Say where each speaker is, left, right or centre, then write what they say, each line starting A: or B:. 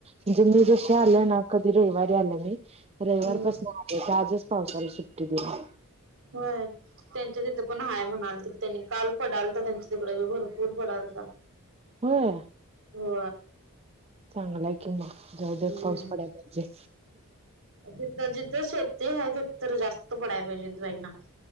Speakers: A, on the right (about 30°); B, on the right (about 60°).
A: म्हणजे मी जशी आले ना कधी रविवारी आले मी... रविवार
B: हम्म
A: पाासून हेच्या आजच पावसाला सुट्टी दिली.
B: होयच. त्यांच्या तिथं पण हाय म्हणाले ते... त्यांनी काल पडालता त्यांच्या तिकडं... भरपूर पडालता
A: व्हय?
B: हो.
A: चांगलं ए कि मग... जाऊ
B: हम्म
A: दे... पाऊस पडायला पाहिजे.
B: तिथं जिथं शेेती आहे... तिथं तर जास्त पडायला पाहिजे <unintelligible>